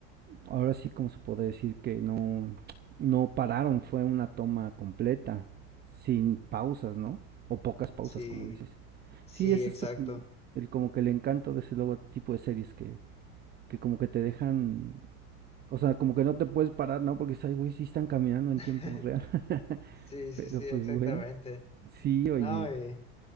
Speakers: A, on the right; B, on the left.
A: ahora sí como se podría decir que no, no pararon, fue una toma completa, sin pausas, ¿no? O pocas pausas,
B: Sí,
A: como dices.
B: sí,
A: Sí, ese
B: exacto.
A: es el, el como que el encanto de ese logotipo de series que, que como que te dejan, o sea, como que no te puedes parar, ¿no? Porque dices, ay, güey, sí están caminando en
B: <laughs>
A: tiempo real. <laughs>
B: Sí,
A: Pero
B: sí, sí,
A: pues
B: exactamente.
A: bueno, sí,
B: No,
A: oye,
B: y...